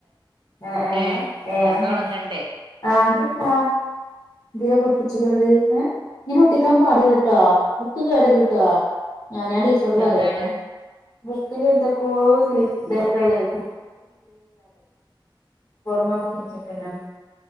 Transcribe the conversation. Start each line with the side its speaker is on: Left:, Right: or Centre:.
Left: എ ഏഹ്
Right: ഏ
Left: ഏഹ്
Right: എല്ലാതും ഉണങ്ങണ്ടേ
Left: ആഹ് തെന്താ എന്തിനാപ്പം ഒട്ടിച്ച്ക്ക്ണത് ഏഹ് ഇങ്ങനെ ഒട്ടിക്കാൻ പാടില്ലട്ടോ ബുക്ക് കേടരുട്ടോ ഞ ഞാൻ ടീച്ചറോട്
Right: ഇതെന്താണ്
Left: പറയട്ടെ ബുക്കിലെന്തൊക്കൊ <unintelligible> കൊട്ന്ന് ഒട്ടിച്ചിക്ക്ണ്